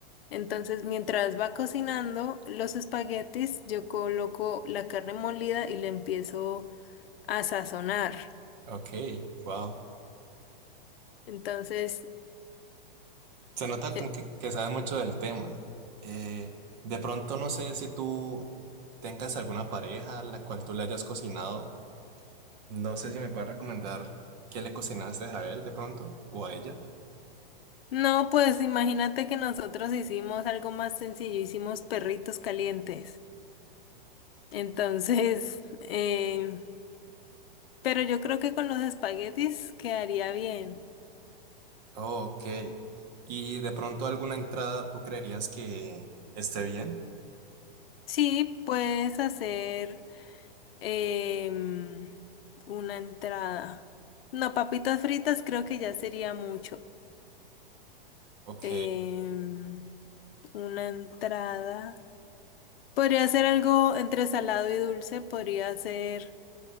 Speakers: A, on the left; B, on the right.
A: Entonces, mientras va cocinando los espaguetis, yo coloco la carne molida y le empiezo a sazonar.
B: ok, wow.
A: Entonces,
B: Se nota
A: eh,
B: como que, que sabes mucho del tema. Eh, de pronto no sé si tú tengas alguna pareja a la cual tú le hayas cocinado. No sé si me puedes recomendar qué le cocinaste a él de pronto o a ella.
A: no, pues imagínate que nosotros hicimos algo más sencillo, hicimos perritos calientes. Entonces, <laughs> eh, pero yo creo que con los espaguetis quedaría bien.
B: ok. Y de pronto alguna entrada tú creerías que esté bien.
A: Sí, puedes hacer em, una entrada. No, papitas fritas creo que ya sería mucho.
B: Ok.
A: em, una entrada. Podría ser algo entre salado y dulce, podría ser